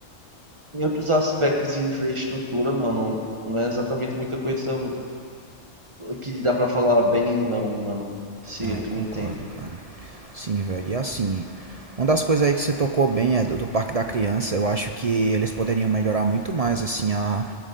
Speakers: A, on the right; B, on the right.
A: em outros aspectos de infraestrutura, mano, não é exatamente muita coisa que dá pra falar bem, não, mano, se
B: Ah,
A: tu
B: eu concordo,
A: me entende.
B: cara. Sim, velho. E assim, uma das coisas aí que você tocou bem é do, do Parque da Criança. Eu acho que eles poderiam melhorar muito mais, assim, a,